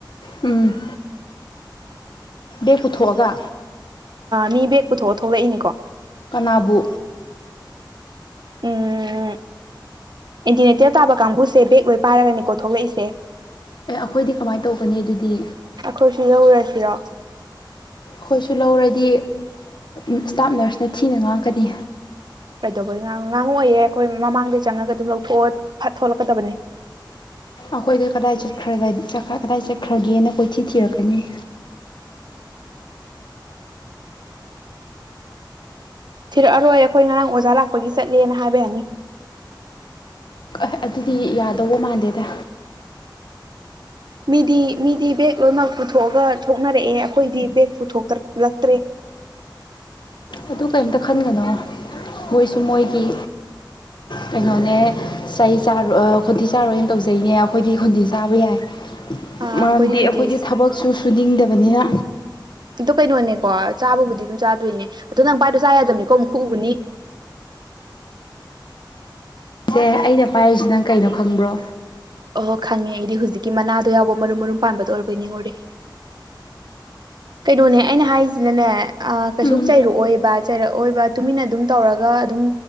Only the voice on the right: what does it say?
ꯃꯤ ꯕꯦꯛ ꯄꯨꯊꯣꯛꯑ ꯊꯣꯛꯂꯛꯏꯅꯤꯀꯣ
ꯎꯝ ꯑꯦꯟꯇꯤꯅꯦꯇꯔ ꯇꯥꯕ ꯀꯥꯡꯕꯨꯁꯦ ꯕꯦꯛ ꯂꯣꯏ ꯄꯥꯏꯔꯒꯅꯤꯀꯣ ꯊꯣꯛꯂꯛꯏꯁꯦ
ꯑꯩꯈꯣꯏꯁꯨ ꯌꯧꯔꯁꯤꯔꯣ
ꯀꯩꯗꯧꯕꯩ ꯉꯥꯡꯉꯏꯌꯦ ꯑꯩꯈꯣꯏ ꯃꯃꯥꯡꯗꯩ ꯆꯪꯉꯒ ꯑꯗꯨꯝ ꯂꯧꯊꯣꯛꯑꯣ ꯐꯠ ꯊꯣꯛꯣꯂꯛꯀꯗꯕꯅꯤ
ꯊꯤꯔꯛꯑꯔꯣꯏ ꯑꯩꯈꯣꯏ ꯉꯔꯥꯡ ꯑꯣꯖꯥ ꯂꯥꯛꯄꯒꯤ ꯆꯠꯂꯦꯅ ꯍꯥꯏꯕ ꯌꯥꯅꯤ
ꯃꯤꯗꯤ ꯃꯤꯗꯤ ꯕꯦꯒ ꯂꯣꯏꯅꯃꯛ ꯄꯨꯊꯣꯛꯑꯒ ꯊꯣꯛꯅꯔꯛꯑꯦ ꯑꯩꯈꯣꯏꯗꯤ ꯕꯦꯒ ꯄꯨꯊꯣꯛꯇꯂꯛꯇ꯭ꯔꯦ
ꯑ
ꯈꯣꯟꯊꯤ
ꯑꯗꯨ ꯀꯩꯅꯣꯅꯦꯀꯣ ꯆꯥꯕꯕꯨꯗꯤ ꯑꯗꯨꯝ ꯆꯥꯗꯣꯏꯅꯦ ꯑꯣ ꯅꯪ ꯄꯥꯏꯗꯣ ꯆꯥ ꯌꯥꯗꯕꯅꯤꯀꯣ ꯑꯃꯨꯛ ꯈꯨ ꯎꯕꯅꯤ
ꯑꯍꯣ ꯈꯪꯉꯦ ꯑꯩꯗꯤ ꯍꯧꯖꯤꯛꯀꯤ ꯃꯅꯥꯗꯣ ꯌꯥꯎꯕ ꯃꯔꯨꯝ ꯃꯔꯨꯝ ꯄꯥꯟꯕꯗꯣ ꯑꯣꯏꯔꯕ ꯅꯤꯡꯉꯨꯔꯦ ꯀꯩꯅꯣꯅꯦ ꯑꯩꯅ ꯍꯥꯏꯁꯤꯅꯅꯦ ꯀꯩꯁꯨ
ꯆꯩꯔꯛꯑꯣꯏꯕ ꯆꯩꯔꯛꯑꯣꯏꯕ ꯇꯨꯃꯤꯟꯅ ꯑꯗꯨꯝ ꯇꯧꯔꯒ ꯑꯗꯨꯝ